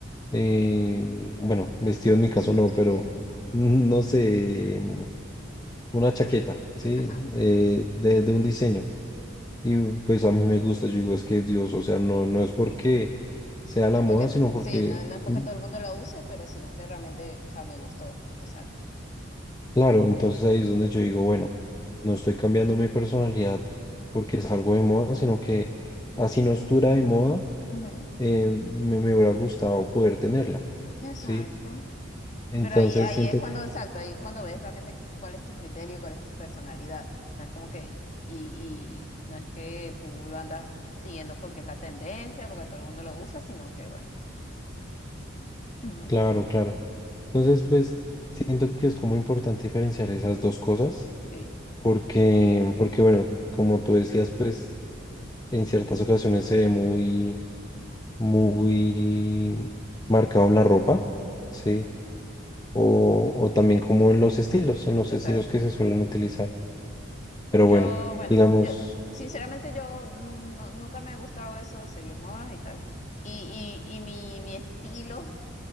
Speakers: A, on the left (about 20°); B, on the left (about 35°).
A: eh, bueno, vestido en mi caso
B: <laughs>
A: no, pero mm, no sé, mm, una chaqueta, ¿sí?
B: Ajá.
A: Eh, de, de un diseño. Y pues a mí me gusta, yo digo, es que Dios, o sea, no, no es porque sea la
B: No es
A: moda,
B: porque,
A: sino porque,
B: sí, no, no es porque
A: mm,
B: todo el mundo lo use, pero sino que realmente, o sea, me gustó. Exacto.
A: claro, entonces ahí es donde yo digo, bueno, no estoy cambiando mi personalidad porque es algo de moda, sino que así no estuviera de moda,
B: Ujú.
A: eh, me, me hubiera gustado poder tenerla,
B: Exacto.
A: ¿sí? Entonces
B: Pero ahí, ahí
A: siento
B: es cuando,
A: que,
B: exacto, ahí es cuando ves realmente cuál es tu criterio, cuál es tu personalidad. No es como que, y, y no es que tú lo andas siguiendo porque es la tendencia, porque todo el mundo lo usa, sino que bueno. Ujú,
A: claro, claro. Entonces, pues siento que es como importante diferenciar esas dos cosas,
B: Sí,
A: porque, porque bueno, como tú decías, pues en ciertas ocasiones se ve muy, muy marcado en la ropa, ¿sí? O, o también como en los estilos, en los
B: exacto.
A: estilos que se suelen utilizar. Pero
B: Yo,
A: bueno,
B: bueno,
A: digamos,
B: yo, sinceramente yo no- nunca me ha gustado eso de seguir modas y tal. Y, y, y mi, mi estilo